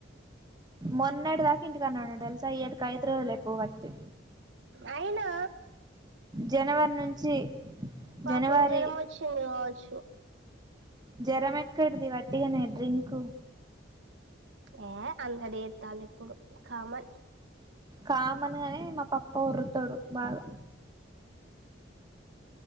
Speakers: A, on the right (about 20°); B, on the right (about 75°).
A: మొన్నటి దాక ఇంటి కన్నా దేల్సా ఎత్క్ ఐదు రోజులై పోబట్టి
B: అయినా
A: జనవరి నుంచి
B: పాపం
A: జనవరి
B: జరం వచ్చింది గావచ్చు
A: జ్వరం ఎక్కడిది వట్టిగానే డ్రింకు
B: ఏ అంత లేద్ తలిప్పుడు కామన్
A: కామనే గానీ మా పప్ప ఓర్రుతాడు బాగా